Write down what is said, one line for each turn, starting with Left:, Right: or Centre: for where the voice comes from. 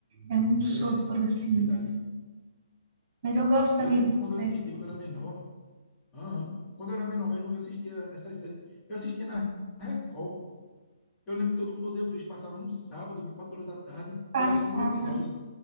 Right: É um sopro,
Left: é,
Right: assim.
Left: verdade.
Right: Mas eu gosto também
Left: Eu lembro
Right: dessas
Left: que quando
Right: séries.
Left: eu assistia, quando eu era menor, aham, quando eu era menor mesmo, eu assistia essas séries. Eu assistia na Record. Eu lembro que todo mundo odeia o Chris, passava no sábado, de 4 horas da tarde,
Right: Passava.
Left: e era só um episódio,